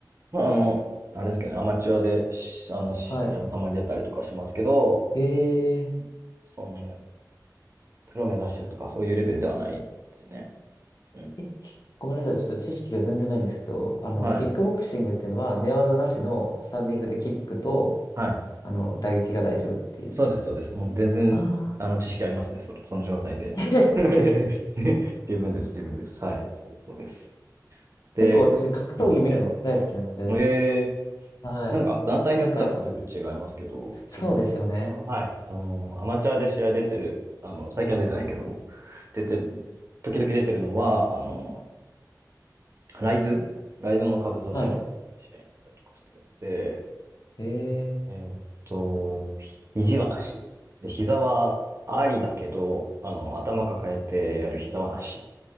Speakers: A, on the right; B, on the left.
A: まあ、あの、あれですけどね、アマチュアで、しあの、試合もたまに出たりとかしますけど、
B: はい。ええ
A: そんなにプロ目指してるとか、そういうレベルではないですね。うん。
B: え、きごめんなさい。ちょっと知識が全然ないんですけど、あの、
A: はい。
B: キックボクシングっていうのは寝技なしのスタンディングでキックと、
A: はい。
B: あの、打撃が大丈夫っていう。
A: そうです、そうです。もう全然、
B: ああ。
A: あの、知識ありますね、それ、その状態で。
B: <laughs>
A: <laughs> 十分です、十分です。はい。そうそうです。で、
B: 結構私格闘技見るの大好きなので、
A: うんえー、
B: はい。
A: まあなんか団体によってやっぱルール違いますけど、
B: なんか、
A: 自分は、
B: そうですよね。
A: はい、あの、アマチュアで試合出てる、あの、最近は出てないけど、出て、時々出てるのは、あの、ライズ、ライズの下部組織の試合に出たりとかしてるので、
B: はい。へえ。
A: えーっと、肘はなし。で、膝はありだけど、あの、頭抱えてやる膝はなし。